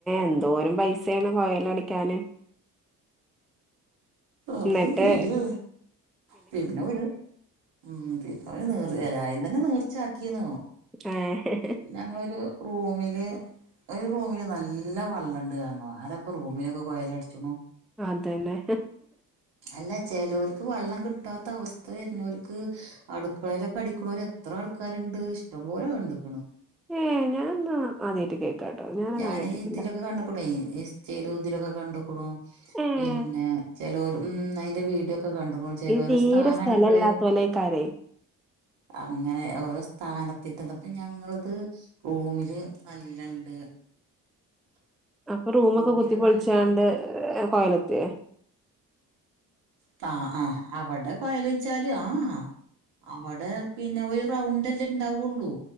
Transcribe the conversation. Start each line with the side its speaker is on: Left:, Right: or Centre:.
Centre: എന്തോരം പൈസയാണ് കോയൽ അടിക്കാന്
Right: അപ്പൊ
Centre: എന്നിട്ട്
Right: പയ്യ പിന്നെ ഒരുര് ഉം പിന്നെ അവ നീർച്ചായം തന്നെ നീർച്ചാക്കിന്നോ
Centre: ആഹ്
Right: ഞങ്ങളൊരു റൂമില് ഒരു റൂമില് നല്ല വള്ളുണ്ട് കാരണം ആരപ്പോ റൂമിലൊക്കെ കോല അടിച്ചണു
Centre: അതന്നെ
Right: അല്ല ചിലവർക്ക് വെള്ളം കിട്ടാത്ത അവസ്ഥ വരുന്നവർക്ക് അടുക്കളയിലൊക്കെ അടിക്കണവര് എത്ര ആൾക്കാരുണ്ട് ഇഷ്ടം പോലെ കണ്ടക്കണ്
Centre: ഏഹ് ഞാൻന്നാ ആദ്യായിട്ട് കേക്കാട്ടോ ഞാനങ്ങനെ
Right: ഞാൻ
Centre: കേട്ടിട്ടില്ല
Right: ഇതിലൊക്കെ കണ്ട്ക്ക ചെയ്തു ഇതിലൊക്കെ കണ്ട്ക്ക്ണു.
Centre: ഏഹ്
Right: പിന്നെ, ചെലോല് ഉം അയിന്റെ വീഡിയോക്കെ കണ്ട് <unintelligible> ചേലോല
Centre: ഈ തീരെ
Right: സ്ഥാന
Centre: സ്ഥലല്ലാത്തോലേക്കാരെ
Right: അടുക്കളേല്. അങ്ങനെ ഓരോ സ്ഥാനത്തിന്റത് ഇപ്പ ഞങ്ങൾത് റൂമില് അല്ലണ്ട്
Centre: അപ്പ റൂമൊക്കെ
Right: റൂമില്
Centre: കുത്തി പൊളിച്ചാണ്ട്
Right: നല്ല
Centre: കൊയലുത്തെ
Right: ത ആഹ് അവിടെ കൊയലെച്ചാല് ആഹ് അവിടെ പിന്നെ ഒരു റൗണ്ടല്ല ഇണ്ടാവുള്ളൂ.